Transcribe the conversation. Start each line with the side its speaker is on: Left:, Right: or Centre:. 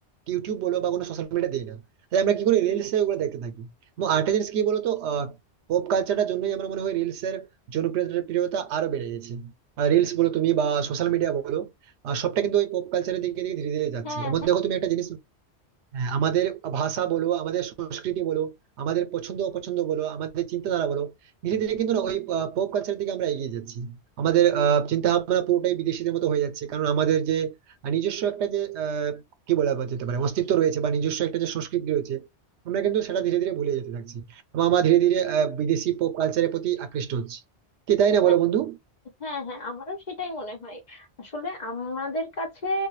Right: ইউটিউব বলো বা কোনো সোশ্যাল মিডিয়া দেয় না তাই আমরা কি করি রিলস এ ওগুলো দেখতে থাকি এবং আরেকটা জিনিস কি বলতো আহ পপ কালচারটার জন্যই আমার মনে হয় রিলস এর জনপ্রিয়তা প্রিয়তা আরো বেড়ে গেছে রিলস বলো তুমি বা সোশ্যাল মিডিয়া বলো আহ সবটা কিন্তু ওই পপ কালচারের দিকে দিকে ধীরে ধীরে যাচ্ছে
Left: হ্যাঁ
Right: এমন দেখো তুমি একটা জিনিস হ্যাঁ আমাদের ভাষা বলো আমাদের সংস্কৃতি বলো আমাদের পছন্দ অপছন্দ বলো আমাদের চিন্তাধারা বলো ধীরে ধীরে কিন্তু না ওই পপ কালচারের দিকে আমরা এগিয়ে যাচ্ছি আমাদের আহ চিন্তা ভাবনা পুরোটাই বিদেশিদের মতো হয়ে যাচ্ছে কারণ আমাদের যে আহ, নিজস্ব একটা যে আহ কি বলা যেতে পারে অস্তিত্ব রয়েছে বা নিজস্ব একটা যে সংস্কৃতি রয়েছে আমরা কিন্তু সেটা ধীরে ধীরে ভুলে যেতে থাকছি এবং আমরা ধীরে ধীরে আহ বিদেশি পপ কালচারের প্রতি আকৃষ্ট হচ্ছি কি তাই না
Left: হ্যাঁ
Right: বলো বন্ধু
Left: হ্যাঁ হ্যাঁ আমারও সেটাই মনে হয় আসলে আমাদের কাছে